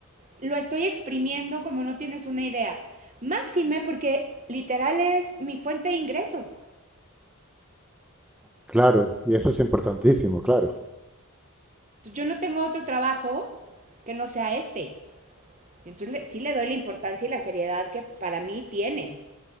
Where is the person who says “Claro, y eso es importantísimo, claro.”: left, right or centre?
Centre